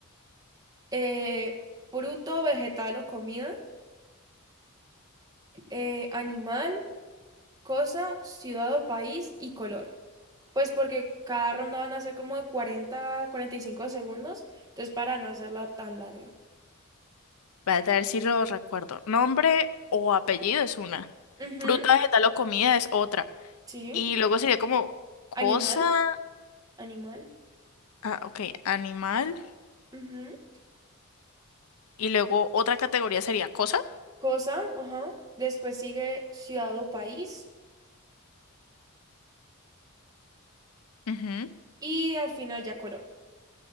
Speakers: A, on the right (about 15°); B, on the left (about 80°).
A: eh, fruto, vegetal o comida, eh, animal, cosa, ciudad o país y color. Pues porque cada ronda van a ser como de cuarenta, cuarenta y cinco segundos, entonces para no hacerla tan larga.
B: Voy a ver si lo recuerdo. Nombre o apellido es una.
A: Ujú,
B: Fruta, vegetal o comida es otra.
A: sí,
B: Y luego sería como cosa,
A: animal, animal.
B: ah, ok, animal.
A: Ujú.
B: Y luego otra categoría sería cosa.
A: Cosa, ajá. Después sigue ciudad o país
B: ujú,
A: y al final ya color.